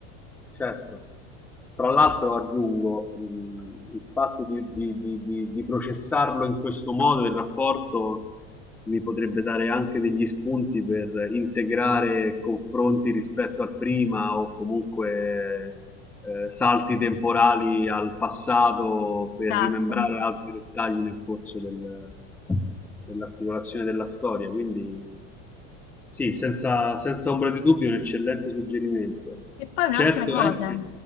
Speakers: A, in the centre; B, on the left.
A: certo. Tra l'altro aggiungo mh, il fatto di, di- di- di- di processarlo in questo modo, il rapporto mi potrebbe dare anche degli spunti per integrare confronti rispetto al prima o comunque eh, salti temporali al passato per
B: Esatto.
A: rimembrare altri dettagli nel corso del- dell'articolazione della storia. Quindi sì, senza, senza ombra di dubbio, è un eccellente suggerimento.
B: E poi un'altra
A: Certo
B: cosa,
A: è che